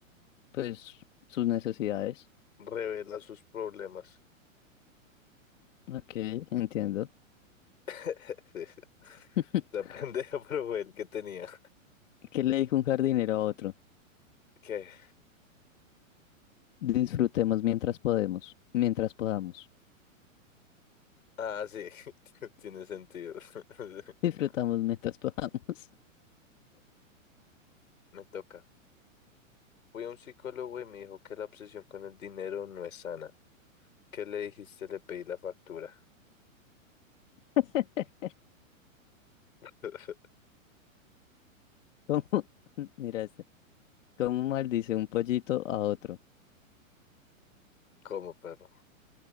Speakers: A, on the left; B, on the left.
A: Pues sus necesidades.
B: Revela sus problemas.
A: Ok, entiendo.
B: <laughs> Sí, sí.
A: <laughs>
B: La pendeja, pero fue el <laughs> que tenía.
A: ¿Qué le dijo un jardinero a otro?
B: ¿Qué?
A: Disfrutemos mientras podemos, mientras podamos.
B: Ah, sí, <laughs> tiene sentido. <laughs>
A: <laughs> Disfrutamos mientras podamos.
B: Me toca. Fui a un psicólogo y me dijo que la obsesión con el dinero no es sana. ¿Qué le dijiste? Le pedí la factura.
A: <laughs>
B: <laughs>
A: ¿Cómo? <laughs> Mira este. ¿Cómo maldice un pollito a otro?
B: ¿Cómo, perro?